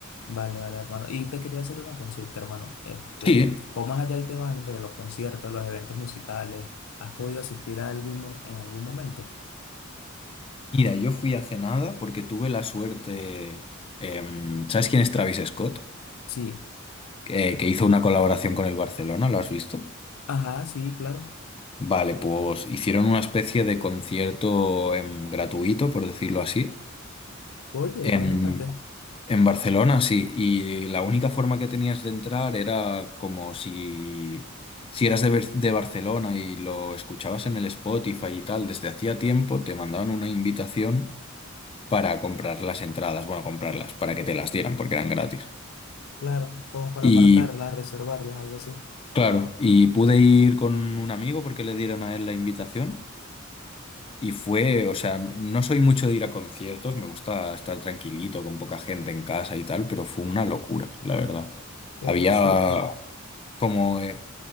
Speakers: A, on the left; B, on the left.
A: vale, vale, hermano. Y te quería hacer una consulta, hermano. Este,
B: Sí,
A: ¿cómo es allá el tema de los conciertos, los eventos musicales? ¿Has podido asistir a alguno en algún momento?
B: mira, yo fui hace nada porque tuve la suerte. em, ¿sabes quién es Travis Scott?
A: Sí.
B: Que, que hizo una colaboración con el Barcelona, ¿lo has visto?
A: Ajá, sí, claro.
B: Vale, pues hicieron una especie de concierto em, gratuito, por decirlo así,
A: Oye,
B: em,
A: imagínate,
B: En Barcelona, sí, y la única forma que tenías de entrar era como si, si eras de, Ber- de Barcelona y lo escuchabas en el Spotify y tal, desde hacía tiempo te mandaban una invitación para comprar las entradas, bueno, comprarlas, para que te las dieran porque eran gratis.
A: claro, como para
B: Y
A: apartarlas reservarlas algo así.
B: claro, y pude ir con un amigo porque le dieron a él la invitación y fue, o sea, n- no soy mucho de ir a conciertos, me gusta estar tranquilito con poca gente en casa y tal, pero fue una locura, la verdad.
A: Oye,
B: Había,
A: súper,
B: Como, eh,